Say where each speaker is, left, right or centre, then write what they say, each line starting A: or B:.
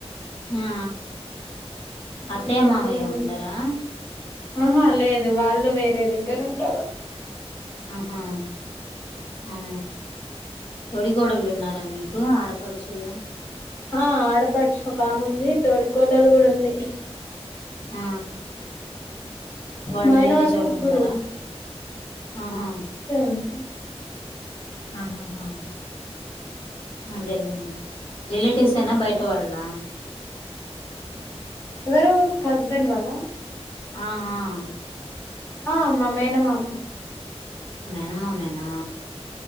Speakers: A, on the left; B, on the left.
A: ఆ
B: ఆ
A: అత్తయ్యమవయ్య
B: ఇప్పుడు ఒక్కదాన్ని
A: ఉండరా
B: ఆహా లేదు వాళ్ళు వేరే దగ్గర ఉంటరు
A: ఆహా ఆ తొడి కోడళ్ళు ఉన్నారా మీకు ఆడపడుచులు
B: ఆ ఆడపడుచు ఒకకాముంది తోడి కోడలు కూడా ఉంది
A: ఆ వాళ్ళు
B: మా ఆయన
A: వేరే చోటు
B: ముగ్గురు
A: ఉంటారా ఆహా
B: ఉంటా
A: ఆహాహా అదేలా రిలేటివ్స్ ఏనా బయట వాళ్ల
B: ఎవరు హస్బెండ్ వాళ్ళా
A: ఆ ఆ
B: ఆ మా మేనమామ
A: మేనమా మేనా